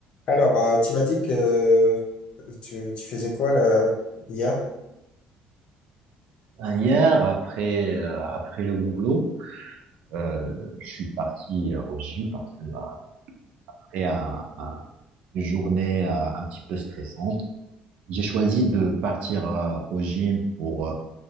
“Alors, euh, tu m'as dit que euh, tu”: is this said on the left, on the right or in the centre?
Left